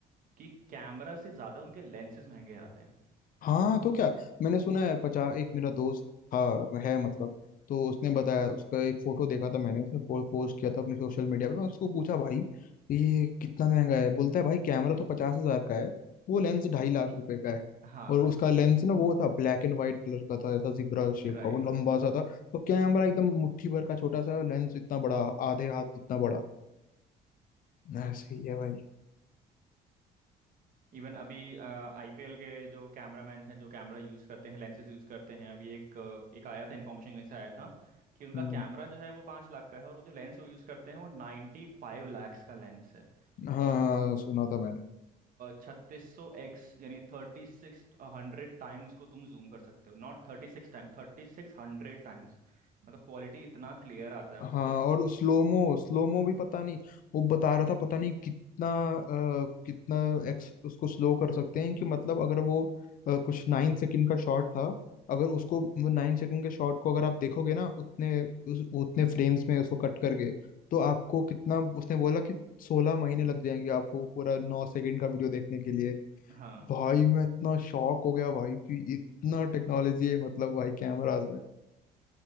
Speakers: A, on the right (about 55°); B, on the left (about 55°).
A: कि कैमरा से ज्यादा उनके लेंसेज महंगे आते हैं
B: हाँ तो क्या मैंने सुना है पचास एक मेरा दोस्त था है मतलब तो उसने बताया उसका एक फोटो देखा था मैंने उसने पो, पोस्ट किया था अपने सोशल मीडिया पे मैं उसको पूछा भाई ये कितना महंगा है बोलता है भाई कैमरा तो पचास हजार का है वो लेंस ढाई लाख
A: <laughs>
B: रुपए का है
A: हाँ
B: और उसका लेंस ना वो था ब्लैक एंड व्हाइट कलर का था ऐसा जिब्रा शेप
A: राइट
B: का वो लंबा सा था तो कैमरा एकदम मुट्ठी भर का छोटा सा है और लेंस इतना बड़ा आधे हाथ जितना बड़ा ऐसे ही है भाई
A: इवन अभी आईपीएल के जो कैमरामैन हैं जो कैमरा यूज़ करते हैं लेंसेज यूज़ करते हैं अभी एक अ, एक आया था इन्फॉर्मेशन कहीं से आया था कि उनका
B: हम्म
A: कैमरा जो है वो पाँच लाख का है और वो जो लेंस वो यूज़ करते हैं वो नाइन्टी फाइव लैक्स का लेंस है
B: हाँ हाँ
A: और
B: सुना था मैंने भी
A: छत्तीस सौ एक्स यानी थर्टी सिक्स हंड्रेड टाइम उसको तुम जूम कर सकते हो नॉट थर्टी सिक्स टाइम थर्टी सिक्स हंड्रेड टाइम्स मतलब क्वालिटी इतना क्लियर आता है
B: हाँ
A: उससे
B: और स्लोमो स्लोमो भी पता नहीं वो बता रहा था पता नहीं कितना अ, कितना एक्स उसको स्लो कर सकते हैं कि मतलब अगर वो अ, कुछ नाइन सेकंड का शॉट था अगर उसको वो नाइन सेकंड के शॉट को अगर आप देखोगे ना उतने उस, उतने फ्रेम्स में उसको कट करके तो आपको कितना उसने बोला कि सोलह महीने लग जाएंगे आपको पूरा नौ सेकंड का वीडियो देखने के लिए
A: हाँ
B: भाई मैं इतना शॉक हो गया भाई कि इतना टेक्नोलॉजी है मतलब भाई कैमराज है